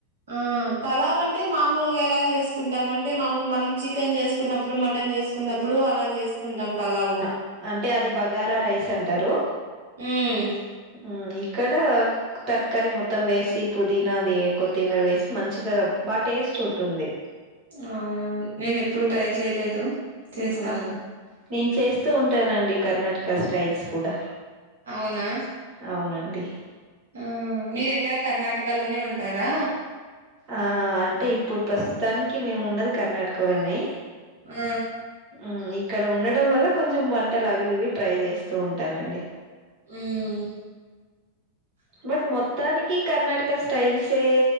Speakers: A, on the right (about 65°); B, on the right (about 35°).
A: ఆ పలావ అంటే మామూలుగా ఎలా చేసుకుంటాం అంటే మామూలు మనం చికెన్ చేసుకున్నప్పుడు మటన్ చేసుకునా న్నప్పుడు అలా చేసుకుంటాం పలావు
B: ఆ అంటే అది బగారా రైస్ అంటారు
A: ఉమ్
B: ఉమ్ ఇక్కడ టర్క్కరి మొత్తం వేసి పుదీనా అది కొత్తిమీర వేసి మంచిగా బా టేస్ట్ చుంటుంది
A: అవునా నేను ఎప్పుడు ట్రై చేయలేదు చేస్తా
B: మ్ నేను చేస్తూ ఉంటానండి కర్ణాటక స్టైల్స్ కూడా
A: అవునా
B: అవునండి
A: ఆ మీరేక్కడ కర్ణాటక లోనే ఉంటారా
B: ఆ అంటే ఇప్పుడు ప్రస్తుతానికి మేము ఉన్నది కర్ణాటకలోనే
A: ఆ
B: ఉమ్ ఇక్కడ ఉండడం వల్ల కొంచెం వంటలు అవి ఇవి ట్రై చేస్తూ ఉంటానండి
A: ఉమ్
B: బట్ మొత్తానికి కర్ణాటక స్టైల్సే